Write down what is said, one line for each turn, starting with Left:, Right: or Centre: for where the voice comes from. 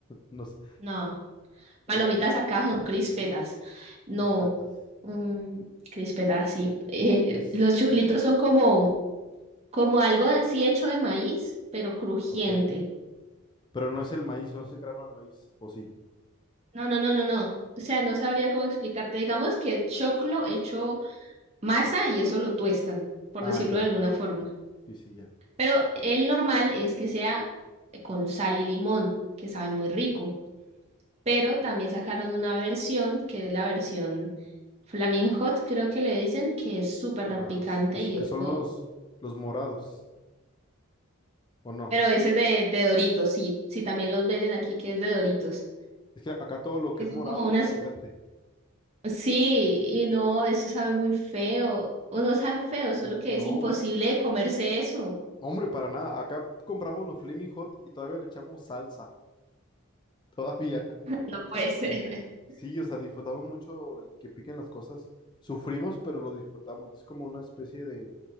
Left: no sé,
Right: no, palomitas
Left: el
Right: acá son crispetas. No,
Left: crispetas.
Right: mm, crispetas, sí. Eh,
Left: Es,
Right: los choclitos
Left: mm,
Right: son como, como algo así hecho de maíz, pero crujiente.
Left: Ok. Pero no es el maíz, no es el grano del maíz. ¿O sí?
Right: No, no, no, no, no. O sea, no sabría cómo explicarte. Digamos que es choclo hecho masa y eso lo tuestan, por
Left: Ah,
Right: decirlo
Left: ya.
Right: de alguna forma.
Left: Sí, sí, ya.
Right: Pero
Left: Ya,
Right: el
Left: ya.
Right: normal es que sea con sal y limón, que sabe muy rico. pero también sacaron una versión que es la versión Flaming Hot, creo que le dicen, que es súper
Left: Ah,
Right: picante
Left: sí, que,
Right: y
Left: que
Right: eso,
Left: son los, los morados, ¿o no?
Right: pero ese es de, de Doritos, sí, sí, también los venden aquí que es de Doritos,
Left: Es que acá todo lo
Right: que
Left: que es
Right: son
Left: morado
Right: como unas,
Left: es picante.
Right: sí, y no, eso sabe muy feo, o no sabe feo, solo
Left: N-
Right: que
Left: No,
Right: es imposible de comerse eso,
Left: hombre, para nada. Acá compramos los Flaming Hot y todavía le echamos salsa. Todavía. <laughs>
Right: no puede ser. <laughs>
Left: Sí, o sea, disfrutamos mucho el que piquen las cosas. Sufrimos, pero lo disfrutamos. Es como una especie de,